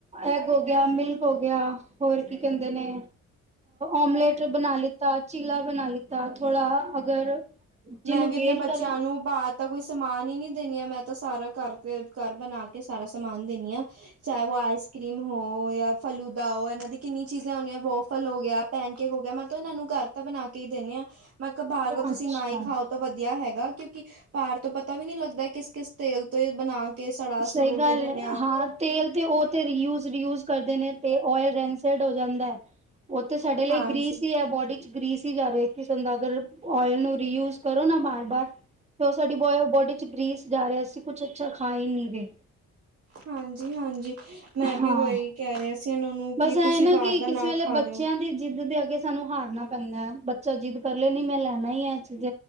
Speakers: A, on the right; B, on the right.
A: ਐਗ ਹੋ ਗਿਆ ਮਿਲਕ ਹੋ ਗਿਆ ਹੋਰ ਕੀ ਕਹਿੰਦੇ ਨੇ ਓਮਲੇਟ ਬਣਾ ਲਿੱਤਾ ਚੀਲਾ ਬਣਾ ਲਿੱਤਾ ਥੋੜਾ ਅਗਰ ਜਿਹਨੂੰ
B: ਮੈਂ ਵੀ ਆਪਣੇ
A: ਗੇਨ
B: ਬੱਚਿਆਂ
A: ਕਰਨਾ
B: ਨੂੰ ਬਾਅਦ ਤਾਂ ਕੋਈ ਸਮਾਨ ਹੀ ਨੀ ਦੇਣੀ ਆ ਮੈਂ ਤਾਂ ਸਾਰਾ ਘਰ ਤੇ ਘਰ ਬਣਾ ਕੇ ਸਾਰਾ ਸਮਾਨ ਦੇਣੀ ਹਾਂ। ਚਾਹੇ ਉਹ ਆਈਸ ਕਰ੍ਰੀਮ ਹੋ ਜਾਂ ਫਲੂਦਾ ਉਹ ਇਹਨਾਂ ਦੀ ਕਿੰਨੀ ਚੀਜ਼ਾਂ ਹੁੰਦਾ ਵੋ ਫਲ ਹੋ ਗਿਆ ਭੈਣ ਕਿਹੋ ਗਿਆ ਮੈਂ ਤਾਂ ਇਹਨਾਂ ਨੂੰ ਘਰ ਤਾਂ ਬਣਾ ਕੇ ਈ ਦਿੰਨੇ ਹਾਂ ਮੈਂ ਕਿਹਾ ਬਾਹਰ ਤੁਸੀਂ
A: ਅੱਛਾ
B: ਨਾ ਈਂ ਖਾਓ ਤੋਂ ਵਧੀਆ ਹੈਗਾ। ਕਿਉਂਕਿ ਪਾਰ ਤੋਂ ਪਤਾ ਵੀ ਨੀਂ ਲੱਗਦਾ ਕਿਸ ਕਿਸ ਤੇਲ ਤੋਂ ਬਣਾ ਕੇ ਸੜਾ
A: ਸਹੀ
B: ਸੜੂ
A: ਗੱਲ
B: ਕੇ ਦਿੰਦੇ
A: ਐ।
B: ਆ
A: ਹਾਂ, ਤੇਲ ਤੇ ਉਹ ਤੇੂਜ ਰੂਜ ਕਰਦੇ ਨੇ ਤੇ ਆੱਅਲ ਰੈਸੰਡ ਹੋ ਜਾਂਦਾ ਐ। ਉੱਥੇ ਸਾਡੇ ਲਈ
B: ਹਾਂਜੀ
A: ਗ੍ਰੀਸ ਹੀ ਐ। ਬੋਡੀ ਗ੍ਰੀਸ ਹੀ ਜਾ ਰਹੇ ਕਿਸਮ ਦਾ ਅਗਰ ਓਇਲ ਨੂੰ ਰੀਯੂਜ ਕਰੋ ਨਾ ਬਾਰ-ਬਾਰ ਤੇ ਉਹ ਸਾਡੀ ਬੋਡੀ ਚ ਗ੍ਰੀਸ ਜਾ ਰਿਹਾ ਅਸੀਂ ਕੁਛ ਅੱਛਾ ਖਾਏ ਨੀਂ ਰੇ।
B: ਹਾਂਜੀ, ਹਾਂਜੀ। ਮੈਂ ਵੀ
A: ਹਾਂ।
B: ਉਹੀ ਕਹਿ ਰਿਹਾ ਸੀ ਉਹਨਾਂ ਨੂੰ
A: ਬਸ
B: ਕਿ
A: ਇਹ
B: ਤੁਸੀਂ
A: ਨਾ
B: ਬਾਹਰ
A: ਕਿ
B: ਦਾ
A: ਕਿਸੇ
B: ਨਾ
A: ਵੇਲੇ
B: ਖਾ
A: ਬੱਚਿਆਂ
B: ਲਿਓ
A: ਦੀ ਜਿੱਦ ਦੇ ਸਾਨੂੰ ਹਾਰਨਾ ਪੈਂਦਾ, ਬੱਚਾ ਜਿੱਦ ਕਰ ਲੇ ਨਈਂ ਮੈਂ ਲੈਣਾ ਈ ਏਹ ਚੀਜ਼